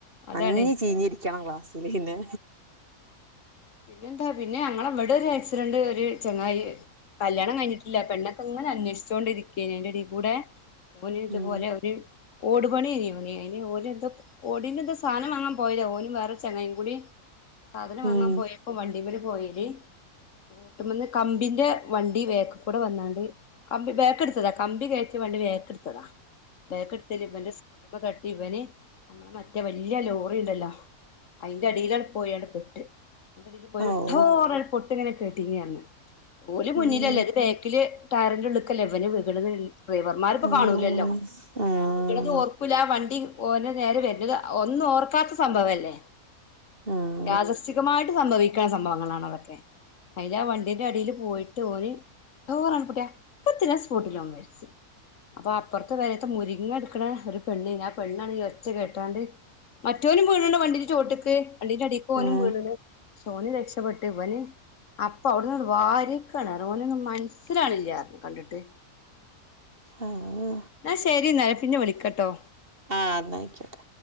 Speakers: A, on the left; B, on the right.
A: അതാണേ
B: നനഞ്ഞ് ചീഞ്ഞിരിക്കണം ക്ലാസില്. ല് ഇങ്ങനെ
A: പിന്നെന്താ പിന്നെ ഞങ്ങളെവടൊരു ആക്സിഡന്റ് ഒരു ചെങ്ങായി കല്യാണം കഴിഞ്ഞിട്ടില്ല. പെണ്ണൊക്കങ്ങനേ അന്വേഷിച്ചോണ്ടിരിക്കേന്നു. അയ്‌ന്റെടേകൂടെ ഓന് ഇത്
B: ഉം
A: പോലെ, ഒരു ഓടു പണ്യേന് <unintelligible> ഓന് നന്തോ ഓടിന്റെന്തോ സാനം വാങ്ങാൻ പോയതാ ഓനും വേറെ ചെങ്ങായും കൂടി, സാധനം വാങ്ങാൻ
B: ഉം
A: പോയപ്പോ വണ്ടിമ്മല് പോയേല് റോട്ട്മന്ന് കമ്പിന്റെ വണ്ടി ബേക്ക്കൂടെ വന്നാണ്ട് കമ്പി ബേക്ക്ട്ത്തതാ കമ്പി കേ റ്റിയ വണ്ടി ബേക്ക്ട്ത്തതാ. ബേക്ക്ട്ത്തേല് ഇബന്റെ സ് പ്പ തട്ടി ഇബന് മറ്റേ വല്ല്യ ലോറിണ്ടല്ലോ അയിന്റെടിലാണ്ട് പോയാണ്ട് പെട്ട്. അയ്ന്റെടില് പോയി
B: ആഹ് ഔ
A: ഠോ ന്ന് ഒര് പൊട്ട്ങ്ങനെ കേട്ടീന്നിറഞ്ഞ്. ഓല് മുന്നിലല്ലേ?
B: ഉം
A: ഇത് ബേക്കില് ടയറിന്റുള്ള്ക്കല്ലേ ഇവന് വിഗ്ണത്. ഡ്രൈവർമാര്പ്പോ
B: ഉം
A: കാണൂലല്ലോ.
B: ആഹ്
A: പിന്നെ വീഗണത് ഓർക്കൂല്ല. വണ്ടി ഓന്റെ നേരെ വര്ന്നത് ഒന്ന് ഓർക്കാത്ത സംഭവല്ലേ <unintelligible>
B: ആഹ്
A: യാദൃശ്ചികമായിട്ട് സംഭവിക്കണ സംഭവങ്ങളാണ് അതൊക്കെ. അതിലാ വണ്ടിന്റെ അടിയില് പോയിട്ട് ട്ട് ഓന് ഠോ ന്നങ്ങട് പൊട്ട്യേ. പ്പ തന്നെ സ്പോട്ടില് ഓൻ മരിച്ചിന്. അപ്പ അപ്പറത്തെ പെരത്തെ മുരിങ്ങ എടുക്കണ ഒരു പെണ്ണെയ്ന്‌ ആ പെണ്ണാണ് ഈ ഒച്ച കേട്ടാണ്ട് മറ്റോനും വീണ് ണ്ണ് വണ്ടിന്റെ ചോട്ട്ക്ക്. വണ്ടിന്റെ അടിക്ക് ഓനും
B: ആഹ്
A: വീണ്ന്ന്. പക്ഷേ ഓന് രക്ഷപ്പെട്ട്. ഇവൻ അപ്പ അവിട്ന്ന്ങ്ങട് വാര്യട്ക്കാണ്. ഓനൊന്നും മനസ്സിലാവ്ണില്ലാ കണ്ടിട്ട്.
B: ആഹ്
A: ന്നാ ശരി ന്നാ ഞാൻ പിന്നെ വിളിക്കട്ടോ
B: ആഹ് ഇന്നായിക്കോട്ടേ